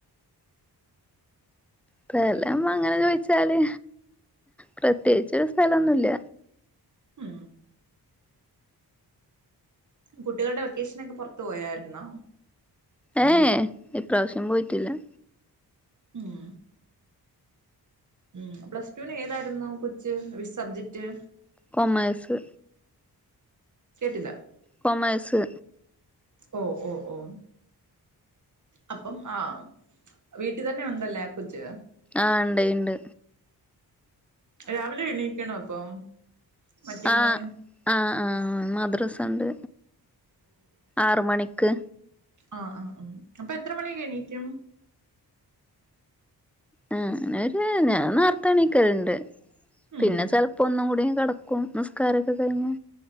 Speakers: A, in the centre; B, on the right.
A: സ്ഥലം അങ്ങനെ ചോദിച്ചാല് പ്രത്യേകിച് സ്ഥലംഒന്നുമില്ല
B: മ് കുട്ടികളുടെ വെക്കേഷന ഒക്കെ പുൊറത്ത് പോയായിരുന്നോ
A: ഏ ഇപ്രാവശ്യം പോയിട്ടില്ല
B: ഉം ഉ പ്ലസ്ടുന് ഏതായിരുന്നു കൊച്ച് വി സബ്ജക്ട്
A: കൊമേഴ്സ്
B: കേട്ടില്ല
A: കൊമഴ്സ്
B: ഓ ഓ ഓ അപ്പം ആഹ വീട്ടിൽ തന്നെ ഉണ്ടല്ലേ ആ കൊച്ച്
A: ആഹ ഉണ്ട് ഉണ്ട്
B: ഉ രാവിലെ എണീക്കണ അപ്പൊ മറ്റേ
A: ആഹ
B: മോന്
A: ആഹ ആഹ മദ്രസ ഉണ്ട് ആറ് മണിക്ക്
B: ആഹ ആഹ ആഹ അപ്പൊ എത്ര മണിക്ക് എണീക്കും
A: ആഹ അങ്ങനെര് ഞാൻ നാർത്തണിക്കരുണ്ട്
B: ഉം
A: പിന്നെ ചെിലപ്പോ ഒന്നും കൂടി കിടക്കും നമസ്കാരൊക്കെ കഴിഞ്ഞു